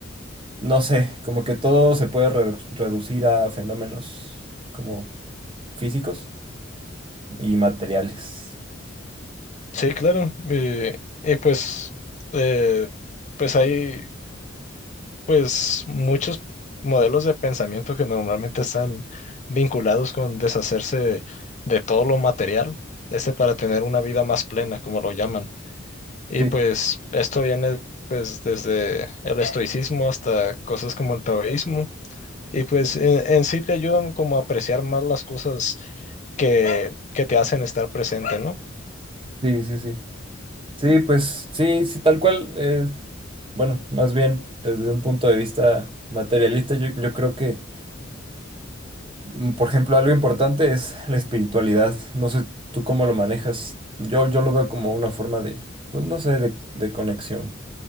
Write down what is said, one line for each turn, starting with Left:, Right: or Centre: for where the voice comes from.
Right: no sé, como que todo se puede redu- reducir a fenómenos como físicos y materiales.
Left: Sí, claro. Y, y pues, eh, pues hay, pues muchos modelos de pensamiento que normalmente están vinculados con deshacerse de, de todo lo material, este para tener una vida más plena, como lo llaman. Y
Right: Sí,
Left: pues esto viene pues desde el estoicismo hasta cosas como el taoísmo. Y pues en, en sí te ayudan como a apreciar más las cosas que, que te hacen estar presente, ¿no?
Right: sí, sí, sí. Sí, pues sí, sí, tal cual. eh, bueno, más bien desde un punto de vista materialista, yo, yo creo que, mm, por ejemplo, algo importante es la espiritualidad. No sé tú cómo lo manejas. Yo, yo lo veo como una forma de, pues no sé, de, de conexión